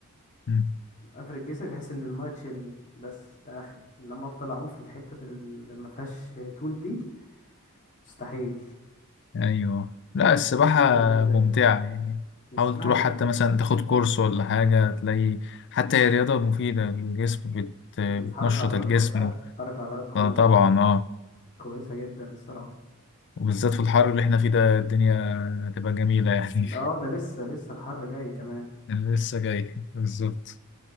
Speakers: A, on the left (about 55°); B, on the left (about 35°).
A: مم.
B: افرد جسمي بحيث ان المايه تشيلني بس ده اخري انما افضل اعوم في الحته اللي ما فيهاش طول دي مستحيل
A: ايوه لا السباحة
B: هي لازم لازم
A: ممتعة
B: زي كده
A: يعني
B: السباحه
A: حاول تروح
B: جميله
A: حتى مثلا تاخد كورس ولا حاجة تلاقي حتى هي رياضة مفيدة للجسم بت... بتنشط
B: بتحرك العضلات
A: الجسم
B: كلها بتحرك العضلات كلها
A: آه، طبعا
B: بتاع.
A: اه
B: كويسه جدا الصراحه
A: وبالذات في الحر اللي احنا فيه ده الدنيا هتبقى جميلة يعني
B: ده- اه ده لسه لسه الحر جاي كمان
A: <laughs> أنا لسه جاي بالظبط